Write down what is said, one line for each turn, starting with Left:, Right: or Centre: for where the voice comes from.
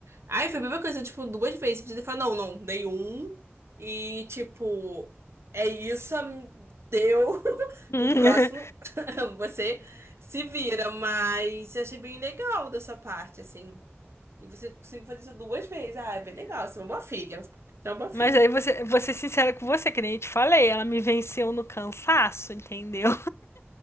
Right: Ai, foi a mesma coisa, tipo, duas vezes. Podia ter falado, não, não, dei um. E, tipo, é isso, am- deu. <laughs>
Left: <laughs>
Right: O próximo, <laughs> você se vira. Mas eu achei bem legal da sua parte, assim. E você conseguiu fazer isso duas vezes. Ah, é bem legal, você é uma boa filha. Você é uma boa filha.
Left: Mas aí você, vou ser sincera com você, que nem eu te falei, ela me venceu no cansaço, entendeu?